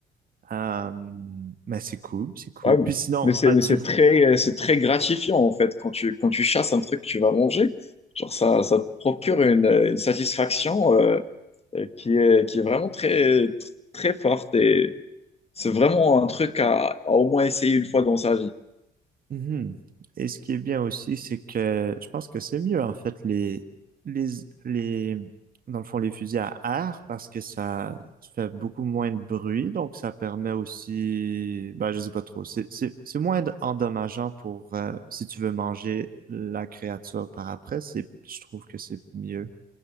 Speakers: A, on the right; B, on the left.
A: Euh, mais c'est cool, c'est cool.
B: Ouais,
A: Puis sinon,
B: mais c'est,
A: as-tu...
B: mais c'est
A: vou-
B: très, c'est très gratifiant en fait quand tu, quand tu chasses un truc que tu vas manger. Genre ça, ça te procure une, une satisfaction euh, qui est, qui est vraiment très, très forte et c'est vraiment un truc à, à au moins essayer une fois dans sa vie.
A: Mhm. Et ce qui est bien aussi, c'est que je pense que c'est mieux, en fait, les, les, les, dans le fond, les fusils à air, parce que ça fait beaucoup moins de bruit, donc ça permet aussi, ben, je sais pas trop, c'est, c'est, c'est moins d- endommageant pour, euh, si tu veux manger la créature par après, c'est, je trouve que c'est mieux.